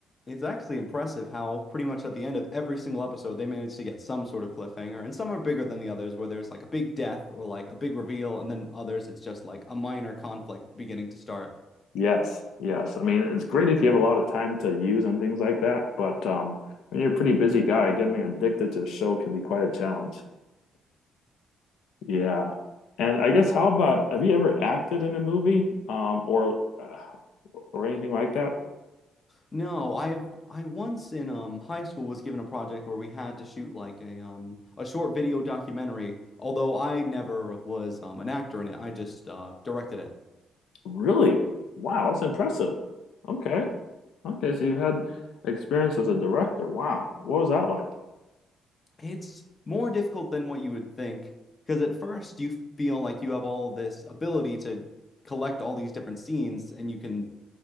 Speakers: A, on the left; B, on the left.
A: It's actually impressive how pretty much at the end of every single episode they manage to get some sort of cliffhanger, and some are bigger than the others, where there's like a big death or like a big reveal, and then others it's just like a minor conflict beginning to start.
B: Yes. Yes. I mean, it's great if you have a lot of time to use and things like that, but um when you're a pretty busy guy, getting addicted to a show can be quite a challenge. Yeah. And I guess how about have you ever acted in a movie um or uh, or anything like that?
A: No, I I once in um high school was given a project where we had to shoot like a um a short video documentary, although I never was um an actor in it, I just uh directed it.
B: Really? Wow, that's impressive. Okay. Okay, so you've had experience as a director. Wow. What was that like?
A: It's more difficult than what you would think, because at first you feel like you have all this ability to collect all these different scenes and you can